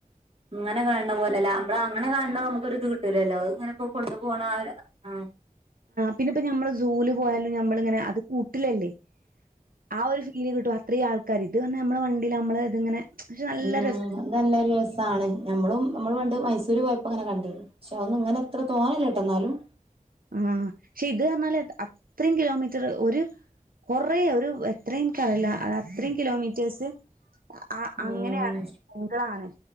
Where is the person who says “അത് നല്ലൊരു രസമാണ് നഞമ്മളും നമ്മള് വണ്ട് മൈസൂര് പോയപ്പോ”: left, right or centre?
Right